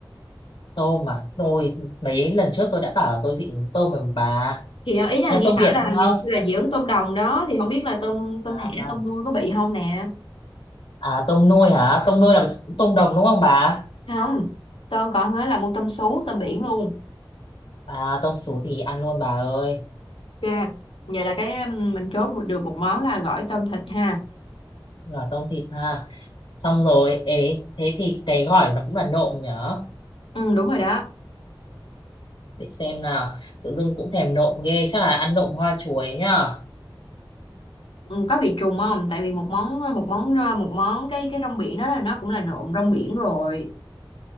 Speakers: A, on the left (about 70°); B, on the left (about 85°).
A: tôm mà tôi mấy lần trước tôi đã bảo là tôi dị ứng tôm rồi mà bà
B: thì đó, ý là
A: nhà
B: nghe
A: tôm
B: bảo
A: biển
B: là
A: không
B: là dưỡng tôm đồng đó thì không biết là tôm tôm
A: à
B: thẻ tôm nuôi có bị không nè
A: À tôm nuôi hả? Tôm nuôi là tôm đồng đúng không bà?
B: không tôm còn nói là mua tôm sú tôm biển luôn
A: À tôm sú thì ăn luôn bà ơi.
B: ok vậy là cái um, mình chốt được một món là gỏi tôm thịt ha
A: Rồi tôm thịt ha. Xong rồi, ế, thế thì cái gỏi nó cũng là nộm nhở?
B: ừ đúng rồi đó
A: Để xem nào. Tự dưng cũng thèm nộm ghê, chắc là ăn nộm hoa chuối nhá.
B: ừ, có bị trùng không tại vì một món một món ờ, một món cái cái rong biển đó là nó cũng là nộm rong biển rồi